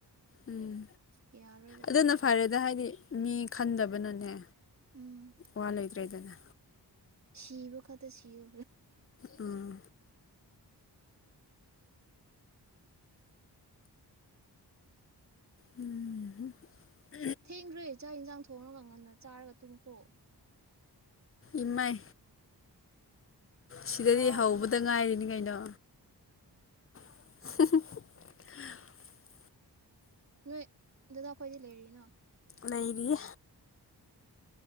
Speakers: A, on the left; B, on the right.
A: ꯎꯝ
B: ꯌꯥꯔꯣꯏꯕ
A: ꯑꯗꯨꯅ ꯐꯔꯦꯗ ꯍꯥꯏꯗꯤ ꯃꯤ ꯈꯟꯗꯕꯅꯅꯦ
B: ꯎꯝ
A: ꯋꯥ ꯂꯩꯇ꯭ꯔꯦꯗꯅ
B: ꯁꯤꯕ ꯈꯇ ꯁꯤ <inaudible>
A: ꯎꯝ ꯎꯝ ꯍꯝ
B: ꯊꯦꯡꯈ꯭ꯔꯦ ꯆꯥꯛ ꯏꯟꯁꯥꯡ ꯊꯣꯡꯉꯒ ꯉꯟꯅ ꯆꯥꯔꯒ ꯇꯨꯝꯈ꯭ꯔꯣ
A: ꯏꯃꯥꯏ ꯁꯤꯗꯗꯤ
B: ꯋꯥꯗ꯭ꯔꯅꯦ
A: ꯍꯧꯕꯗ ꯉꯥꯏꯔꯤꯅꯤ ꯀꯩꯅꯣ <inaudible>
B: ꯅꯣꯏ ꯗꯗꯥ ꯈꯣꯏꯗꯤ ꯂꯩꯔꯤꯅꯣ
A: ꯂꯩꯔꯤ
B: ꯎꯝ